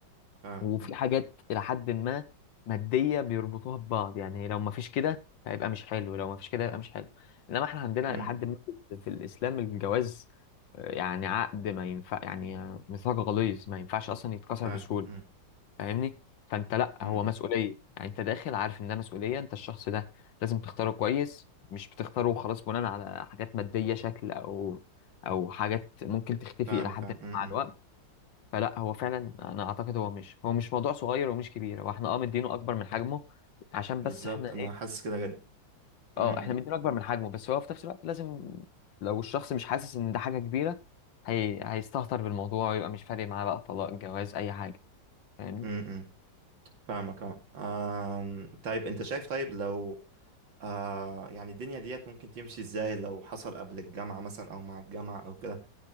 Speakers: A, on the right (about 80°); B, on the left (about 75°).
A: فاهم
B: وفي
A: امم
B: حاجات إلى حد ما مادية بيربطوها ببعض يعني لو ما فيش كده هيبقى مش حلو لو ما فيش كده هيبقى مش حلو إنما إحنا عندنا
A: أمم،
B: إلى حد ما في الإسلام الجواز آه، يعني عقد ما ينفع يعني آه، ميثاق غليظ ما ينفعش أصلا يتكسر
A: فاهم
B: بسهولة
A: امم
B: فاهمني فأنت لأ
A: أمم،
B: هو
A: أمم،
B: مسؤولية يعني أنت داخل عارف إن ده مسؤولية أنت الشخص ده لازم تختاره كويس مش بتختاره وخلاص بناء على حاجات مادية شكل أو أو حاجات ممكن تختفي
A: فاهمك
B: إلى حد
A: فاهم
B: ما
A: امم أمم.
B: مع الوقت فلا هو فعلا انا اعتقد هو مش هو مش موضوع صغير ومش كبير هو احنا اه مدينه اكبر من حجمه عشان
A: بالظبط
B: بس احنا
A: انا
B: ايه
A: حاسس كده جد امم
B: اه احنا مدينه اكبر من حجمه بس هو في نفس الوقت لازم لو الشخص مش حاسس ان ده حاجه كبيره هي... هيستهتر بالموضوع ويبقى مش فارق معاه بقى طلاق جواز اي حاجه فاهمني
A: أمم، أمم. فاهمك اه آم، طيب انت شايف طيب لو آه يعني الدنيا ديت ممكن تمشي ازاي لو حصل قبل الجامعة مثلا او مع الجامعة او كده